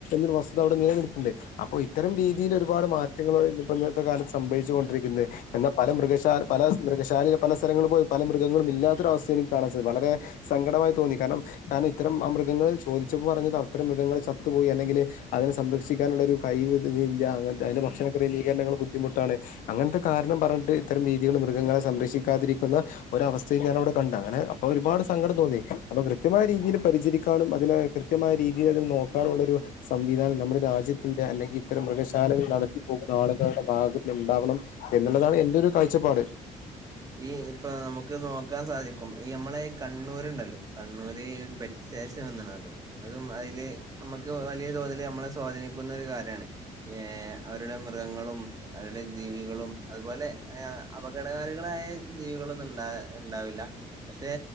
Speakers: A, on the left (about 75°); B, on the right (about 25°).
A: ഒരു വസ്തു ഇതവിടെ നിലനിൽപ്പുണ്ട് അപ്പൊ ഇത്തരം രീതിയില് ഒരുപാട് മാറ്റങ്ങള്ഇപ്പോ ഇന്നത്തെ കാലത്ത് സംഭവിച്ചു കൊണ്ടിരിക്കുന്നത് എന്നാ പല മൃഗശാല പല മൃഗശാല പല സ്ഥലങ്ങളിലും പോയി പല മൃഗങ്ങളും ഇല്ലാത്തൊര വസ്ഥയാണ് എനിക്ക് കാണാൻ സാധിച്ചത് വളരേ സങ്കടമായി തോന്നി കാരണം കാരണം ഇത്തരം ആ മൃഗങ്ങൾ ചോദിച്ചപ്പോ പറഞ്ഞത് അത്തരം മൃഗങ്ങൾ ചത്തുപോയി അല്ലെങ്കില് അതിനെ സംരക്ഷിക്കാനുള്ള ഒരു കൈവ് ഇതിനില്ല്യാ അങ്ങൻതെ അതിന്റെ ഭക്ഷണ ക്രമീകരണങ്ങൾ ബുദ്ധിമുട്ടാണ് അങ്ങനത്തെ കാരണം ണം പറഞ്ഞിട്ട് ഇത്തരം രീതികള് മൃഗങ്ങളെ സംരക്ഷിക്കാതിരിക്കുന്ന ഒരു അവസ്ഥയും ഞാൻഅവടെ കണ്ട അങ്ങനെ അപ്പൊ ഒരുപാട് സങ്കടം തോന്നി അപ്പൊ കൃത്യമായ രീതിയില് പരിചരിക്കാനും അതിനെ കൃത്യമായ രീതിയില് അത് നോക്കാനുള്ളൊരു സംവിധാനം നമ്മുടെ രാജ്യത്തിന്റെ അല്ലെങ്കിൽ ഇത്തരം മൃഗശാലകൾ നടത്തി പോകുന്ന ആളുകളുടെ ഭാഗത്ത് ഇണ്ടാവണം എന്നുള്ളതാണ് എൻന്റെ ഒരു കാഴ്ചപ്പാട്
B: ഈ ഇപ്പൊ നമുക്ക് നോക്കാൻ സാധിക്കും. ഈ നമ്മളെഈ കണ്ണൂരുണ്ടല്ലോ കണ്ണൂര് പെറ്റ് സ്റ്റേഷൻ വന്ന്ണല്ലോ. അതും അതില് നമുക്ക് വലിയ തോതിൽ ഇത് നമ്മളെ സ്വാധീനിക്കുന്ന ഒരു കാര്യമാണ് യെ.... അവരുടെ മൃഗങ്ങളും അവരുടെ ജീവികളും അതുപോലെ ഏ അപകടകാരി ഇവടെ ജീവികളൊന്നും ഉണ്ടാ ഉണ്ടാവില്ല. പക്ഷെ